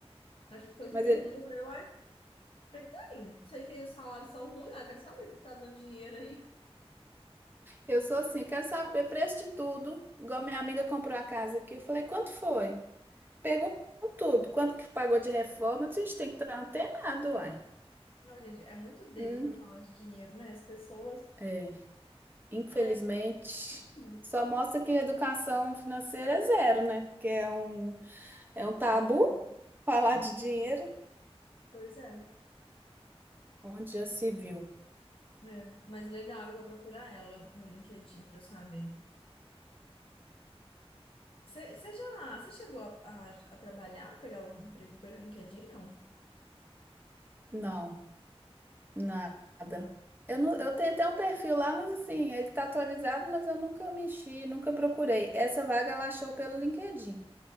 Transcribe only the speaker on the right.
Mas
ele...
eu sou assim, quero saber preço de tudo. Igual minha amiga comprou a casa aqui, eu falei, quanto foi? Pergunto tudo, quanto que pagou de reforma, a gente tem que estar antenado, uai.
Hum,
é. Infelizmente,
só mostra que educação financeira é zero, né? Porque é um, é um tabu
falar
de
dinheiro
onde já se viu.
Não, nada. Eu, não, eu tenho até um perfil lá, mas assim, ele tá atualizado, mas eu nunca mexi, nunca procurei. Essa vaga ela achou pelo LinkedIn.